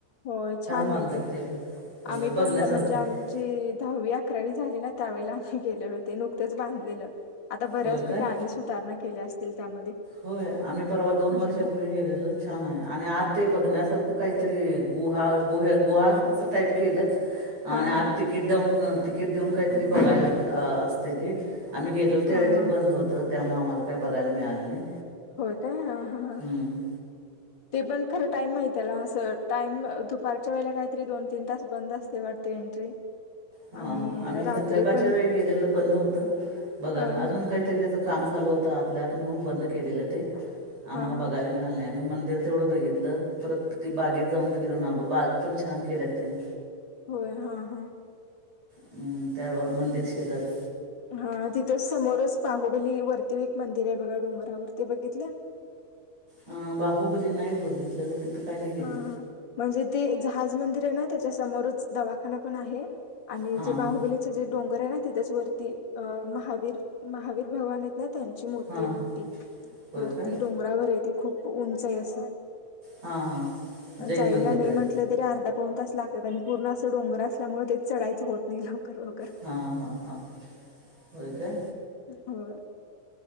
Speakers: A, on the left (about 35°); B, on the right (about 30°).
A: हो छान
B: बांधलं
A: आहे ते.
B: पण होय
A: आम्ही
B: बघण्यासारखं
A: पण म्हणजे
B: आहे
A: आम् जी दहावी अकरावी झाली ना त्यावेला आम्ही गेलेलो ते नुकतंच बांधलेलं. आता बऱ्याचपैकी
B: होय काय
A: आणि सुधारणा केल्या असतील त्यामध्ये.
B: होय आम्ही परवा दोन
A: हम्म
B: वर्षापूर्वी गलेलो. छान आहे आणि आज ते बघण्यासारख काहीतरी गु गु गुहा असं टाईप केलात.
A: हा
B: आणि आज
A: हा
B: तिकीट देऊन तिकीट देऊन काहीतरी बघायला असते ते. आम्ही गेलेलो त्यावेळी
A: हा
B: ते
A: हा
B: बंद होतं त्यामुळे आम्हाला काय बघायला मिळालं नाही.
A: हो काय. हा
B: हम्म
A: ते पण खरा टाईम आहे त्याला असं टाइम दुपारच्या वेळेला काहीतरी दोन तीन तास बंद असते वाटते एंट्री.
B: हा
A: आणि
B: हा आम्ही
A: रात्री
B: संध्याकाळच्या
A: पण
B: वेळी गेलेलं बंद होतं बघायला
A: हा
B: अजून
A: हा
B: काहीतरी त्याच काम चालू होत आतल्यात म्हणून बंद केलेलं ते आम्हाला
A: हा हा
B: बघायला मिळालं नाही आही मंदिर तेवढं बघितलं परत ती बागेत जाऊन फिरून आलो बाग पण छान केल्यात त्यानी,
A: होय हा हा
B: हम् त्यावे मंदिर शेजारी,
A: हा तिथं समोरच बाहुबली वरती एक मंदिर आहे बघा डोंगरावरती बघितल्या?
B: अ बाहुबली नाही बघ लग तिथं काय नाही गेलं
A: हा हा म्हणजे ते जहाज मंदिर आहे ना त्याच्या समोरच दवाखाना पण आहे. आणि
B: हां
A: जे बाहुबली
B: हां
A: जे डोंगर आहे ना ति त्याच्याच वरती अ महावीर महावीर भगवान य ना त्यां ची मूर्ती
B: हां
A: आहे मोठी
B: होय
A: वरती
B: काय
A: डोंगराघर आहे ते खूप उंच आहे अस.
B: हा हां जैन
A: जायला
B: मंदिर
A: नाही म्हण
B: आहे
A: कुठ तरी अर्धा पाऊन तास लागतात आणि पूर्ण असं डोंगर असल्यामुळे तेच चढायचं होत नाही लवकर ल
B: हां हां हां होय का.
A: हो